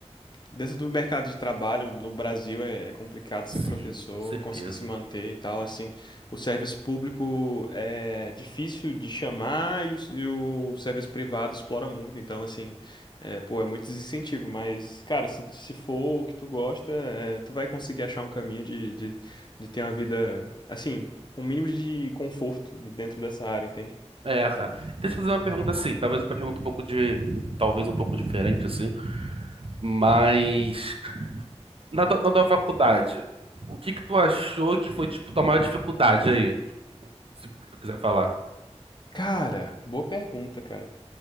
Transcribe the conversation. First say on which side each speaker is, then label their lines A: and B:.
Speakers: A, on the left; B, on the right.
A: Dentro do mercado de trabalho no Brasil é, é complicado
B: Sim,
A: ser professor,
B: com certeza.
A: conseguir se manter e tal. Assim, o serviço público é difícil de chamar e o, s- e o serviço privado explora muito. Então, assim, é, pô, é muito desincentivo. Mas, cara, se, se for o que tu gosta, é, tu vai conseguir achar um caminho de, de, de ter uma vida, assim, com o mínimo de conforto dentro dessa área, entende?
B: É, cara. Deixa eu fazer uma pergunta assim, talvez uma pergunta um pouco de, talvez um pouco diferente assim, mas na, tua- na tua faculdade, o que que tu achou que foi tipo tua maior dificuldade aí, se tu quiser falar?
A: Cara, boa pergunta, cara.